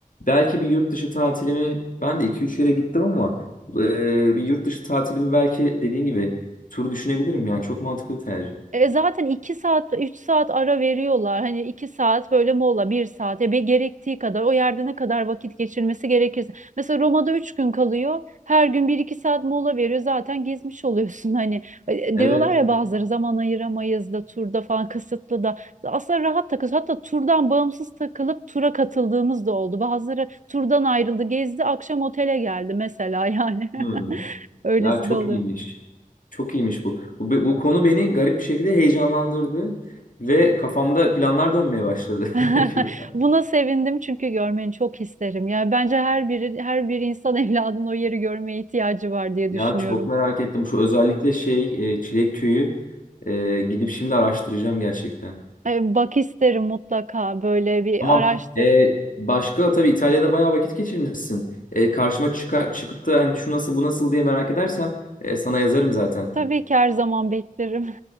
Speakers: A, on the left; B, on the right.
A: belki bir yurt dışı tatilimi ben de iki üç yere gittim ama e, bir yurt dışı tatilimi belki dediğin gibi tur düşünebilirim yani çok mantıklı bir tercih.
B: E zaten 2 saat 3 saat ara veriyorlar. Hani 2 saat böyle mola bir saat ya bir gerektiği kadar o yerde ne kadar vakit geçirmesi gerekirse. Mesela Roma'da 3 gün kalıyor. Her gün bir iki saat mola veriyor. Zaten gezmiş oluyorsun <laughs> hani. E,
A: Evet.
B: Diyorlar ya bazıları zaman ayıramayız da turda falan kısıtlı da. Aslında rahat takılıyoruz. Hatta turdan bağımsız takılıp tura katıldığımız da oldu. Bazıları turdan ayrıldı, gezdi, akşam otele geldi mesela yani.
A: Hmm.
B: <laughs> Öylesi
A: Ya çok
B: de oluyor.
A: iyiymiş. Çok iyiymiş bu. Bu, bu konu beni garip bir şekilde heyecanlandırdı ve kafamda planlar dönmeye başladı.
B: <laughs>
A: <laughs> Şimdi-
B: Buna sevindim çünkü görmeni çok isterim. Yani bence her biri her bir insan <laughs> evladının o yeri görmeye ihtiyacı var diye
A: Ya
B: düşünüyorum.
A: çok merak ettim. Şu özellikle şey e, Çilek Köyü e, gidip şimdi araştıracağım gerçekten.
B: E, bak isterim mutlaka böyle bir
A: Tamam.
B: araştır.
A: E, başka tabii İtalya'da bayağı vakit geçirmişsin. E, karşıma çıka, çıkıp da hani şu nasıl bu nasıl diye merak edersem e, sana yazarım zaten.
B: Tabii ki her zaman beklerim.